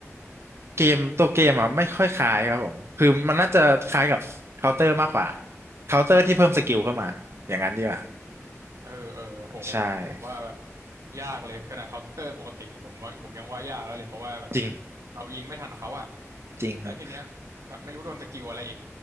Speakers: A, on the right; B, on the right.
A: เกมตัวเกมอ่ะไม่ค่อยคล้ายครับผมคือมันน่าจะคล้ายกับเคาน์เตอร์มากกว่าเคาน์เตอร์ที่เพิ่มสกิลเข้ามาอย่างนั้นดีกว่า
B: อืมเออเออโหผมผมว่าแบบ
A: ใช่
B: ยากเลยขนาดเคาน์เตอร์ปกติเนี่ยผมว่าผมยังว่ายากแล้วเลยเพราะว่าแบบ
A: จริง
B: เรายิงไม่ทันเขาอะ
A: จริงครับ
B: แล้วทีเนี้ยแบบไม่รู้โดนสกิลอะไรอีก